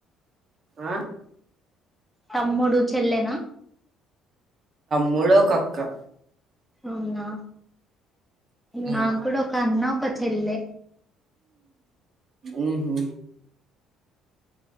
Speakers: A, on the right; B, in the centre.
A: ఆ
B: తమ్ముడు చెల్లెనా
A: మూడు ఒకక్కా
B: ఔనా
A: ఉమ్
B: నాగ్గూడ ఒక్ కన్న ఒక చెల్లె
A: ఊహూ